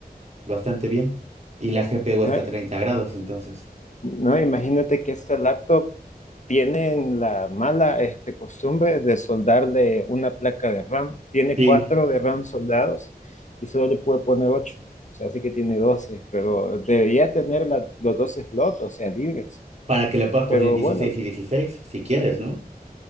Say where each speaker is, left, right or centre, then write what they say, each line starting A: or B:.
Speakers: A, on the right; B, on the left.
A: bastante bien. Y la GPU
B: ¿no?
A: está a 30 grados, entonces.
B: No, imagínate que este laptop tienen la mala este, costumbre de soldarle una placa de RAM. Tiene
A: Sí.
B: cuatro de RAM soldados y solo le puede poner ocho. O sea, así que tiene 12, pero debería tener la- los dos slots, o sea, libres.
A: para que le puedas poner
B: Pero
A: 16
B: bueno,
A: y 16, si quieres, ¿no?